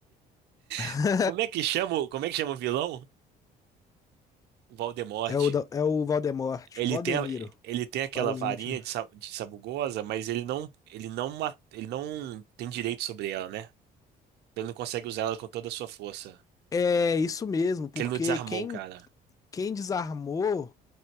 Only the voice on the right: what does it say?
<laughs> Como é que chama, o- como é que chama o vilão? O Voldemort.
Ele
tem, a- ele tem aquela
varinha
de, sa- de sabugosa, mas ele não, ele não, ma- ele não tem direito sobre ela, né? Então Ele não consegue usar ela com toda a sua força.
Que ele não desarmou,
cara.